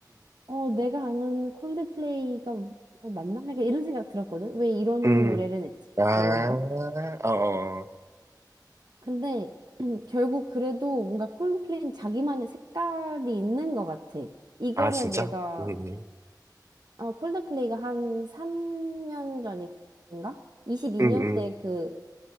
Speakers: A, on the right (about 70°); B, on the right (about 40°).
A: 어, 내가 아는 콜드플레이가 어, 맞나? 약간 이런 생각 들었거든? 왜 이런
B: 응응
A: 노래를 냈지?
B: 아어어
A: 진짜 이런 거?
B: 아 어, 어.
A: 근데 <clears throat> 결국 그래도 뭔가 콜드플레이는 자기만의 색깔이 있는 것 같아. 이거를
B: 아 진짜?
A: 내가,
B: 응응
A: 어, 콜드플레이가 한 3년 전인가? 22년
B: 응응
A: 때그